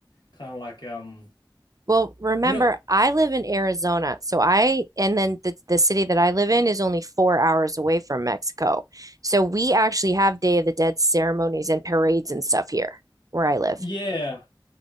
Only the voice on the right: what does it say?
Well, remember,
I live in Arizona, so I and then the the city that I live in is only four hours away from Mexico. So we actually have Day of the Dead ceremonies and parades and stuff here where I live,